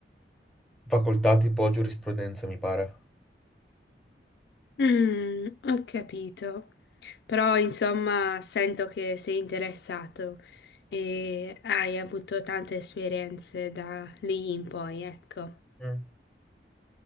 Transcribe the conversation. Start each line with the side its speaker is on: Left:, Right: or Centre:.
Centre: facoltà tipo giurisprudenza, mi pare.
Left: Mm, ho capito. Però, insomma, sento che sei interessato e hai avuto tante esperienze da lì in poi, ecco.
Centre: Mm.